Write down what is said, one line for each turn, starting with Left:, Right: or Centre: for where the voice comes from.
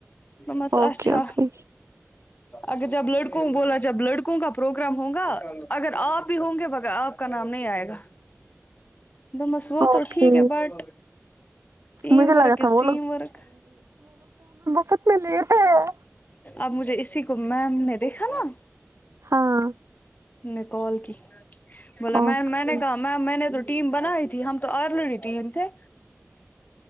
Left: مس
Right: اوکے
Left: اچھا
Right: اوکے
Left: اگر جب لڑکوں بولا جب لڑکوں کا پروگرام ہوگا اگر آپ بھی ہوں گے آپ کا نام نہیں آئے گا دوپمس ووتو
Right: اوکے
Left: ٹھیک ہے بٹ یم
Right: مجھے لگا
Left: ورک
Right: تھا
Left: از
Right: وہ
Left: یم ورک
Right: سب میں لے رہے ہیں
Left: اب مجھے اسی کو میم نے دیکھا نا
Right: ہاں
Left: میں کال کی بولا
Right: اوکے
Left: میں میں نے کہا میں میں نے ٹیم بنائی تھی ہم تو آرریڈی ٹیم تھے